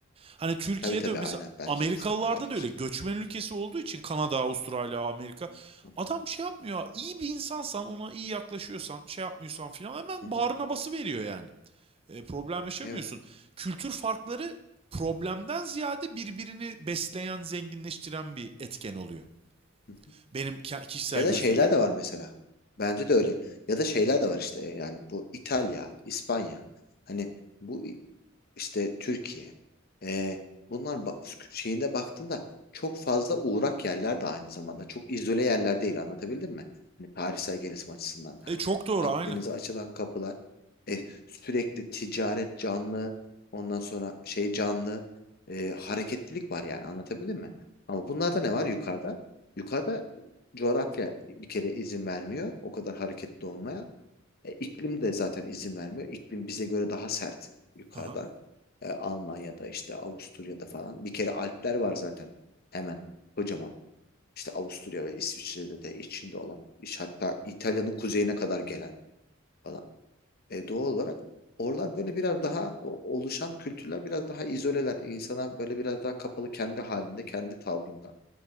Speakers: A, on the right (about 30°); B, on the left (about 50°).
A: Hani Türkiye'de
B: Tabii tabii
A: mesela
B: aynen bence
A: Amerikalılarda
B: de sanki öyle bir
A: da öyle
B: şey.
A: göçmen ülkesi olduğu için Kanada, Avustralya, Amerika
B: Hı
A: Adam şey yapmıyor. İyi bir insansan, ona iyi yaklaşıyorsan, şey yapmıyorsan filan hemen
B: hı.
A: bağrına
B: hı.
A: bası veriyor yani. E, problem yaşamıyorsun.
B: Evet.
A: Kültür farkları problemden ziyade birbirini besleyen, zenginleştiren bir etken oluyor.
B: Hı hı.
A: Benim ke- kişisel
B: Ya
A: gözlemim.
B: da şeyler de var mesela. Bence de öyle. Ya da şeyler de var işte yani bu İtalya, İspanya. Hani bu işte Türkiye. Ee, bunlar ba- şeyinde baktığında çok fazla uğrak yerler de aynı zamanda. Çok izole yerler değil anlatabildim mi? Hani tarihsel gelişim açısından da
A: E
B: hani
A: çok doğru
B: Akdeniz'e
A: aynı.
B: açılan kapılar e, sürekli ticaret canlı ondan sonra şey canlı e, hareketlilik var yani anlatabildim mi? Ama bunlarda ne var yukarıda? Yukarıda coğrafya bir kere izin vermiyor o kadar hareketli olmaya. E, iklim de zaten izin vermiyor. İklim bize göre daha sert yukarıda.
A: Hı hı.
B: E, Almanya'da işte Avusturya'da falan. Bir kere Alpler var zaten hemen kocaman. İşte Avusturya ve İsviçre'de de içinde olan, iş hatta İtalya'nın kuzeyine kadar gelen falan. E, doğal olarak oralar böyle biraz daha o- oluşan kültürler biraz daha izoleler. İnsana böyle biraz daha kapalı kendi halinde, kendi tavrında.